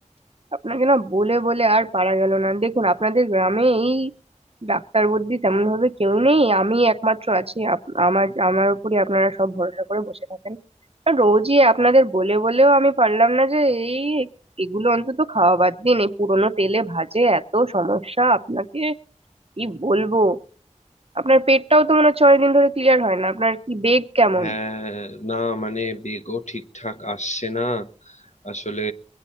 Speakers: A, on the right; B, on the left.
A: আপনাকে না বলে বলে আর পারা গেল না দেখুন আপনাদের গ্রামে এই ডাক্তার বুদ্ধি তেমন ভাবে কেউ নেই আমি একমাত্র আছি আপ- আমার আমার উপরই আপনারা সব ভরসা করে বসে থাকেন আর রোজই আপনাদের বলে বলেও আমি পারলাম না যে এই এগুলো অন্তত খাওয়া বাদ দিন এই পুরোনো তেলে ভাজে এত সমস্যা আপনাকে কি বলবো আপনার পেটটাও তো মনে হচ্ছে অনেকদিন ধরে ক্লিয়ার হয় না আপনার কি বেগ কেমন
B: হ্যাঁ না মানে বেগও ঠিকঠাক আসছে না আসলে